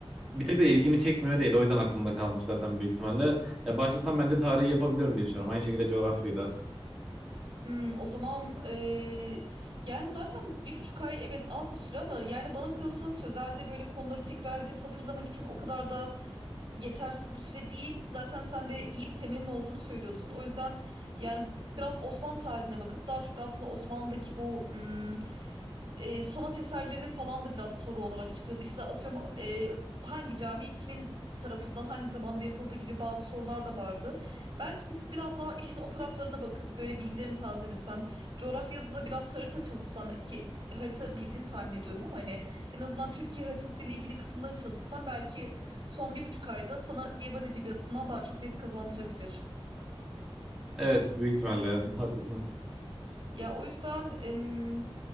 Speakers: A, in the centre; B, on the right.
A: bir tık da ilgimi çekmiyor değil. O yüzden aklımda kalmış zaten büyük ihtimalle. Ya başlasam bence tarihi yapabilirim diye düşünüyorum. Aynı şekilde coğrafyayı da.
B: Hmm, o zaman eee, yani zaten bir buçuk ay evet az bir süre ama yani bana kalırsa sözelde böyle konuları tekrar edip hatırlamak için o kadar da yetersiz bir süre değil. Zaten sen de iyi bir temelin olduğunu söylüyorsun. O yüzden yani biraz Osmanlı tarihine bakıp daha çok aslında Osmanlı'daki bu hmm, e, sanat eserleri falan da biraz soru olarak çıkıyordu. İşte atıyorum e, hangi cami kimin tarafından hangi zamanda yapıldığı gibi bazı sorular da vardı. Belki bir- biraz daha işin o taraflarına bakıp böyle bilgilerini tazelesen, coğrafyada da biraz harita çalışsan ki harita bildiğini tahmin ediyorum ama hani en azından Türkiye haritası ile ilgili kısımları çalışsan belki son bir buçuk ayda sana divan edebiyatından daha çok net kazandırabilir.
A: Evet büyük ihtimalle haklısın.
B: Ya o yüzden em,